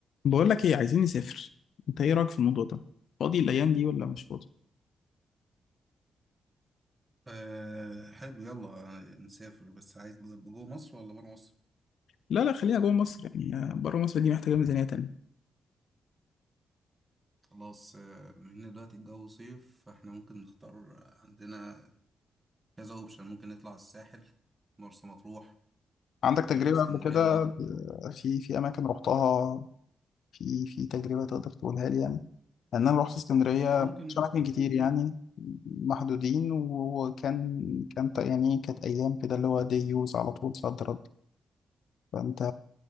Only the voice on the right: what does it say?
أه حلو يلا نسافر بس عايز جوه مصر ولا بره مصر
خلاص آه، بما ان دلوقتي الجو صيف فاحنا ممكن نختار آه، عندنا كذا اوبشن ممكن نطلع الساحل مرسى مطروح
آه، اسكندرية
اه ممكن
مو